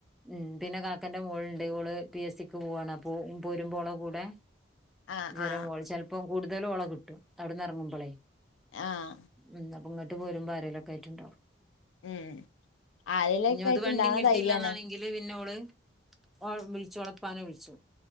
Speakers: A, in the centre; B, on the left.
A: ഏഹ് പിന്നെ കാക്കൻ്റെ മോളുണ്ട് ഓള് പി എസ് സിക്ക് പോവാണ് അപ്പോ പോരുമ്പോ ഓളെ കൂടെ
B: ആ
A: ജരമോൾ
B: ആ
A: ചെൽപ്പോം കൂടുതലും ഓള കിട്ടും അവിടുന്ന് എറങ്ങുമ്പൊളേ
B: ആഹ്
A: ഉം അപ്പ ഇങ്ങട്ട് പോരുമ്പ ആരേലൊക്ക ആയിട്ടുണ്ടാവും
B: ഉം ആരേലൊക്കെ
A: ഞൊത്
B: ആയിട്ട്
A: വണ്ടിം
B: ഇണ്ടാവണ
A: കിട്ടീലാന്നാണെങ്കി
B: ധൈര്യാണ്
A: ളി പിന്നോട് ഓള് ഒള് വിളിച്ചു ഓള പ്പാനെ വിളിച്ചു